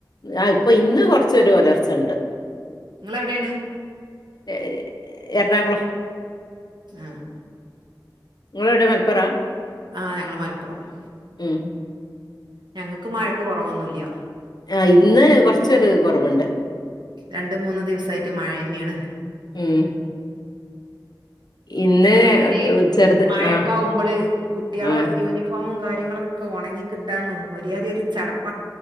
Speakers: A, on the left; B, on the right.
A: ആഹ് ഇപ്പൊ ഇന്ന് കൊർച്ചൊരു ഒലർച്ചണ്ട്.
B: ങ്ങളെവ്ടെണ്
A: ഏ എർണാകുളം
B: ആഹ്
A: ങ്ങളേടെ മൽപ്പറാ
B: ആഹ് ഞങ്ങള് മലപ്പാെറം
A: ഉം
B: ഞങ്ങക്ക് മഴക്ക് കെറവൊന്നുല്യ
A: ആഹ് ഇന്ന് കൊർച്ചൊര് കൊറവ്ണ്ട്
B: രണ്ട് മൂന്ന് ദിവ്സായിറ്റ് മഴെന്നേണ്
A: ഉം ഇന്ന്
B: ഞാൻ പറ്യ ഇങ്ങനെ
A: ചെറുത്
B: മഴക്കെ
A: ആ
B: ആവുമ്പള് കുട്ട്യോളെ
A: ആ
B: യൂനി ഫോമും കാര്യങ്ങളൊക്കെ ഒണങ്ങി കിട്ടാനും ഒര് യാതി ഒര് ചടപ്